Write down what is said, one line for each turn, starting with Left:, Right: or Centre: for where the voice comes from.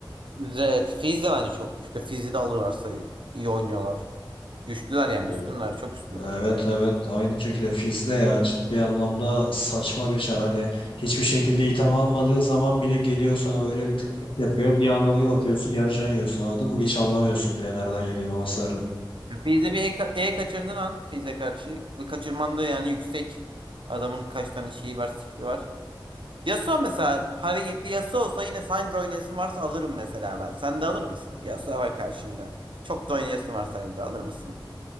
Right: Evet Fizz de bence çok güçlü. Fizz'i de alırlarsa iyi oynuyorlar. Güçlüler yani
Left: Allah.
Right: üstünler çok üstünler.
Left: Evet evet aynı şekilde Fiz'de ya ciddi anlamda saçma bir çar hani hiçbir şekilde item almadığı zaman bile geliyor sana böyle bir tık tık yapıyor bir anda bir bakıyorsun yarıcan yiyorsun anladın mı hiç anlamıyorsun bile nereden yediğini o hasarı.
Right: Fizz'e bir E, ka- e kaçırdığın an Fizz'e karşı bir kaçırman da yani yüksek adamın kaç tane şeyi var skill'i var. Yasuo mesela hareketli Yasuo olsa yine Syndra oynayasın varsa alırım mesela ben. Sen de alır mısın? Yasuo var karşında. Çok da oynayasın var Syndra alır mısın?